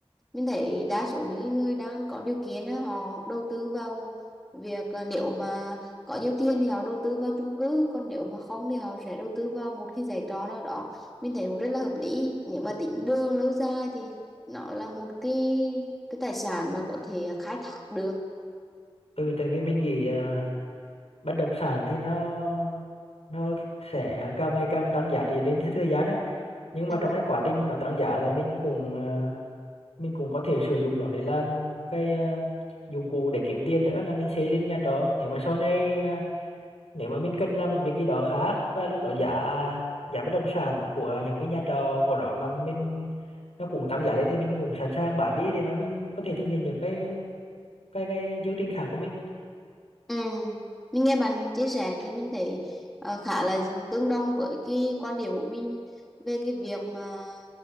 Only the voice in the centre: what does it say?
mình thấy đa số những người đang có điều kiện á, họ đầu tư vào việc à, nếu mà có nhiều tiền thì họ đầu tư vào chung cư còn nếu mà không thì họ sẽ đầu tư vào một cái giải trọ nào đó mình thấy cũng rất là hợp lý nếu mà tính đường lâu dài thì nó là một cái cái tài sản mà có thể khai thác được
ừ.
Ừ. Mình nghe bạn chia sẻ thì mình thấy ờ, khá là tương đồng với cái quan điểm của mình về cái việc mà